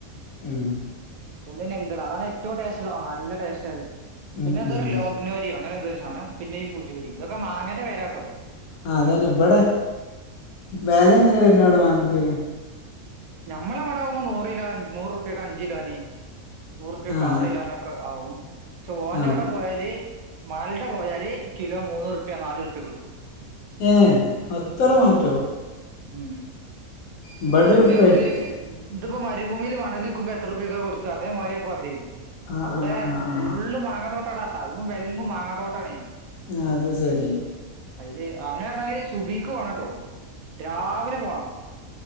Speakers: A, on the left; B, on the right.
A: ഉം
B: ഒന്നു ലെങ്കിടാ അതാണ് ഏറ്റവും ടേസ്റ്റുള്ളമാങ്ങ നല്ല ടേസ്റ്റായിരുന്നു പിന്നെ
A: ഉം
B: എന്തോരു
A: ഉം
B: ലോഗ്നോരിയോ അങ്ങനെന്തോരു സാധധം പിന്നെ ഈ ഫുജൂരി ഇതൊക്കെ മാങ്ങേന്റെ പേരാട്ടോ.
A: ആ അതുതന്നെ
B: ഉം.
A: ഇവിടെ വെല എങ്ങനാ വരുന്നേടൊ മാങ്ങക്ക്
B: ഞമ്മളെവിടാവുമ്പോ നൂറ് കിലോ നൂറുപ്യാക്ക് അഞ്ചു കിലോന് നൂറുപ്യാക്ക്
A: ആഹ്
B: ആറുകിലോനൊക്കെ ആവും ക്ഷേ ഓന്റെവിടെ
A: ആഹ്
B: പോയാല് മാൾടെ പോയാല് കിലോ മൂന്നുറുപ്യാ നാലുറുപ്യാക്ക് കിട്ടും
A: ഏഹ് അത്ര
B: ഉം
A: മാറ്റോ
B: ഉം
A: ഇബ്ടൊരു
B: ചെങ്ങ
A: പെട്ടി
B: ഇത് ഇതിപ്പോ മരുഭൂമില് മണലുവിക്കുമ്പോ എത്ര റുപ്യാക്കാ കൊടു ക്കും അതേമാരിയപ്പതേ
A: ആഹ്
B: അവിടെ
A: ആഹ് ആഹ്
B: ഫുള്ളുമാങ്ങാ തോട്ടാടാ തലങ്ങും വെലങ്ങും മാങ്ങാ തോട്ടാണേ
A: ഞാ അതുസെരി
B: അയില് അങ്ങനെറഞ്ഞാല് സുബഹിക്ക് പോണട്ടോ രാവിലെ പോണം